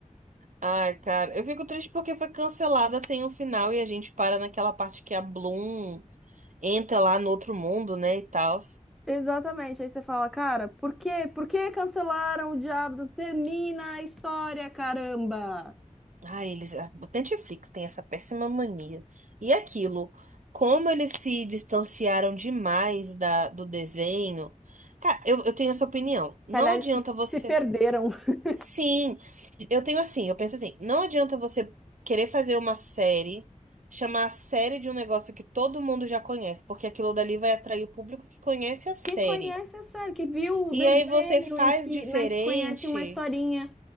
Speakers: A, on the right (about 70°); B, in the centre.
A: Ai, cara, eu fico triste porque foi cancelada sem um final e a gente para naquela parte que a Bloom entra lá no outro mundo, né, e tal.
B: Exatamente. Aí você fala, cara, por quê? Por que cancelaram o Diabo? do- Termina a história, caramba!
A: Ah, eles. a- o Netflix tem essa péssima mania. E aquilo, como eles se distanciaram demais da, do desenho. Cara, eu, eu tenho essa opinião.
B: Se
A: Não
B: calhar eles
A: adianta
B: se,
A: você.
B: se perderam. <laughs>
A: Sim, eu tenho assim, eu penso assim, não adianta você querer fazer uma série, chamar a série de um negócio que todo mundo já conhece, porque aquilo dali vai atrair o público que conhece a série.
B: Que conhece a série, que viu o
A: E
B: desenho
A: aí você faz
B: e que,
A: diferente.
B: né, que conhece uma historinha.